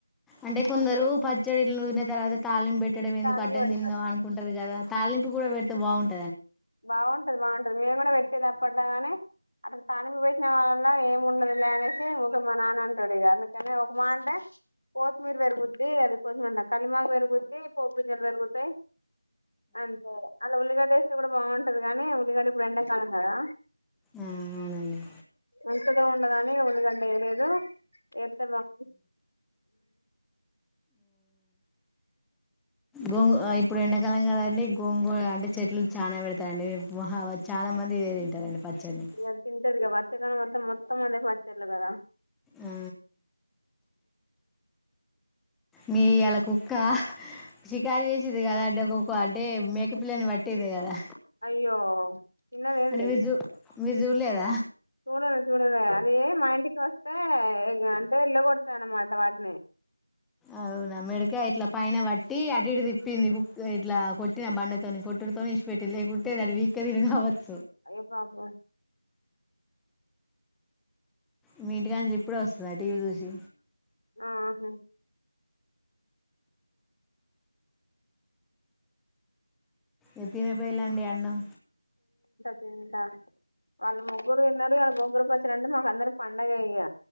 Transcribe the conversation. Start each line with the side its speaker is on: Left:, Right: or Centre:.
Centre: అంటే కొందరు పచ్చడిళ్ళ నూదిన తర్వాత తాళిని పెట్టి పెట్టడం ఎందుకు
Left: తాలింపు
Centre: అడ్డం
Left: పెడతారు
Centre: తిన్నాా అనుకుంటారు కదా తాలింపు కూడా పెడితే బాగుంటది
Left: బాగుంటది బాగుంటది మేము కూడా పెట్ తప్పట్ కాని అను తానిపి పెట్టిన వాళ్ళ ఏమి ఉండదు లే అనేసి ఊరికె మా నాన్న అంటాడు ఇక అందుకని ఒక మాట అంటే పోత్తిమీర పెరుగుద్ది అది కొంచంంట కలిమాగ పెరుగుద్ది పో్ బింజాలు పెరుగుతాయి అంతే అందులో ఉల్లిగడ్డ వేస్తే కూడా బాగుంటది కాని ఉల్లిగడ్డ ఇప్పుడు ఎండాకాలం కదా
Centre: అవునండి
Left: ఉంటదో ఉండదో అని ఉల్లిగడ్డ వేయలేదు వేస్తే బాగు
Centre: గోంగ ఇప్పుడు ఎండాకాలం కదండి గోంగూర అంటే చెట్లు చాలా పెడతాయండి చాలా మంది ఇదే తింటారండి పచ్చడిని
Left: ఎంతుంటది ఇక వర్క్ ఏడ కాలం మొత్తం అద పచ్చర్లు కదా
Centre: ఆ మీ అలా కుక్క షికారు చేసేది కదా అంటే ఒక కుక్క అంటే మేకపిల్లని పట్టింది కదా
Left: అయ్యో చిన్నది ఏంది
Centre: అంటే విర్జు <unintelligible> మీరు చూలేదా
Left: చూడలే చూడలే అది మా ఇంటికి వస్తే ఇక అంటే ఎలాగోడతా అన్నమాట వాటిని
Centre: అవునా మెడకాయ ఇట్లా పైన వట్టి టీ అటు ఇటు తిప్పింది కు ఇట్లా కొట్టిన బండతోని కొట్టుడితోని ఇచ్చిపెట్టి లేకుంటేది అటు వపీక్క తిని కావచ్చు
Left: అయ్యో పాపం
Centre: మీ ఇంటి కాడ నుంచి ఇప్పుడే వస్తుందా టీవీ చూసి
Left: ఆహా
Centre: ఎ తినపోయిలాండి అన్నం
Left: తింట. వాళ్ళు ముగ్గురు తిన్నారు. వాళ్ళకి గోంగూర పచ్చడి అంటే మాకు అందరికి పండగే ఇక.